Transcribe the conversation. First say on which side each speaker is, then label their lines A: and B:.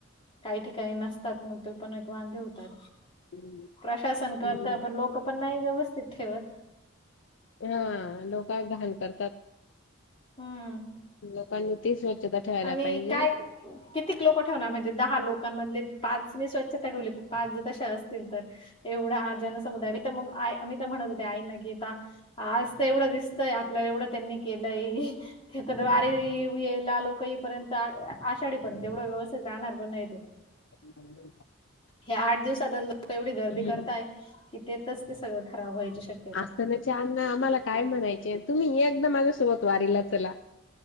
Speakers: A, on the left (about 25°); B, on the left (about 65°).
A: काही ठिकाणी नसतात मग ते पण एक वांदे होतात.
B: हम्म
A: प्रशासन करतं
B: हम्म.
A: पण लोक पण नाही व्यवस्थित ठेवत.
B: हा लोक घाण करतात.
A: हम्म.
B: लोकांनी ती स्वच्छता. ठेवायला
A: आणि
B: पाहिजे
A: काय. कितीक लोक ठेवणार म्हणजे दहा लोकांमधले पाच नी स्वच्छता ठेवली पाच जर तशी असतील तर. एवढा जनसमुदाय मी तर म आई मी तर म्हणत होते आईना की आता. आज तर एवढं दिसतंय आपल्याला एवढं त्यांनी केलंय ते वारी येला लोक. येईपर्यंत आषाढीपर्यंत एवढं व्यवस्थित राहणार पण नाही ते.
B: <inaudible>
A: ह्या आठ दिवसात लोक एवढी गर्दी
B: हम्म
A: करताय की त्यातच ते सगळं खराब व्हायची शक्य
B: असतानाचे अण्णा आम्हाला काय म्हणायचे तुम्ही एकदा माझ्यासोबत वारीला चला.